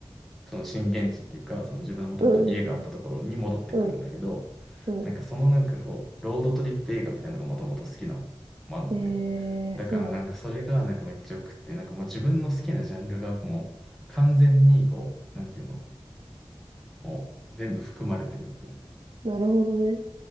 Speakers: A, in the centre; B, on the right.
A: その震源地っていうか、その自分のもともと家があったところに戻ってくるんだけど、
B: うんうんうん。うんう
A: なんかそのなんかこう、ロードトリップ映画みたいなのがもともと好きなのもあんのね。
B: ん。えー、
A: だからなんかそれがなんかめっちゃよくって、
B: そうなんだ。
A: なんかもう自分の好きなジャンルがもう完全にこう、なんていうの、もう全部含まれてるみたいな。
B: なるほどね。